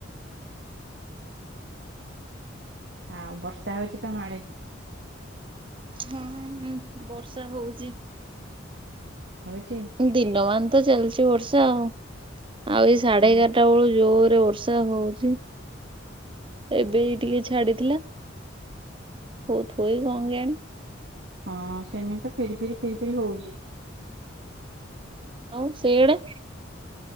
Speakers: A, on the right (about 60°); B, on the right (about 25°).
A: ଆଉ ବର୍ଷା ହଉଛି ତ ମାଡେ।
B: ହଁଁ ହୁ ବର୍ଷା ହଉଛି।
A: ହଉଚି
B: ଦିନମାନ ତ ଚାଲିଛି ବର୍ଷା ଆଉ ଆଉ ଏଇ ସାଢେ
A: ହଁ
B: ଏଗା ସେଟା ବେଳୁ ଜୋରରେ ବର୍ଷା ହଉଛି। ଏବେ ଟିକେ ଛାଡିଥିଲା ହଉଥିବ କଣ କି ଆଣି।
A: ହଁ ସେମିତି ତ ଫେରି ଫେରି ଫେରି ଫିରି ହଉଛି।
B: ହଉ ସେଆଡେ